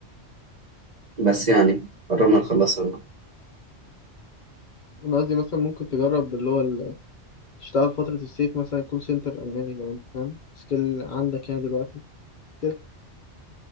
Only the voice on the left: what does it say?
انا قصدي مثلا ممكن تجرب اللي هو ال- تشتغل فتره الصيف مثلا كول سنتر الماني لو انت فاهم سكيل عندك يعني دلوقتي كده